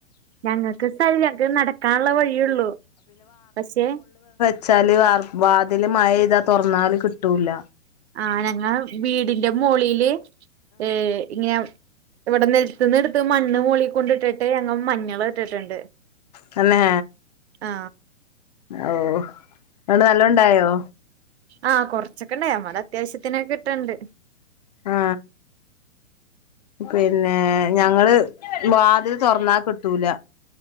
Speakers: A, on the right; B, on the left.
A: ഞങ്ങൾക്ക് സ്ഥലല്ല ങ്ങക്ക് നടക്കാനുള്ള വഴിയെ ഉള്ളു പക്ഷേ
B: ച്ചാല് വാർപ്പ് വാത് തില് മഴ പെയ്താ തൊറന്നാല് കിട്ടൂല്ല
A: ആഹ് വീടിന്റെ മോളീല് ഏ ഇങ്ങെയ ഇവിടെ നെൽത്ത്ന്ന് എടുത് ത്ത് മണ്ണ് മോളി കൊണ്ടിട്ടിട്ട് ഞങ്ങ മഞ്ഞൾ നട്ടിട്ട് ട്ട്ണ്ട്
B: തന്നെ
A: ആ
B: ഓ അതൊണ്ട് നല്ലോം ഉണ്ടായോ
A: ആ കൊറച്ചൊക്കെ ഉണ്ടായി നമ്മള അത്യാവശ്യത്തിനൊക്കെ കിട്ടണ്ട്
B: ആ പിന്നെ ഞങ്ങള് വാതിൽ തൊറന്നാ കിട്ടൂല